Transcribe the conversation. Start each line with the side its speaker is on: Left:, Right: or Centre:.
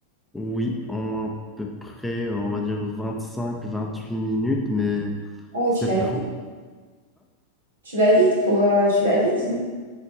Centre: Oui, en à peu près, on va dire vingt cinq vingt huit minutes, mais
Right: Oh,
Centre: c'était
Right: tu vas
Centre: trop.
Right: Tu vas vite pour... euh, tu vas vite, dis donc.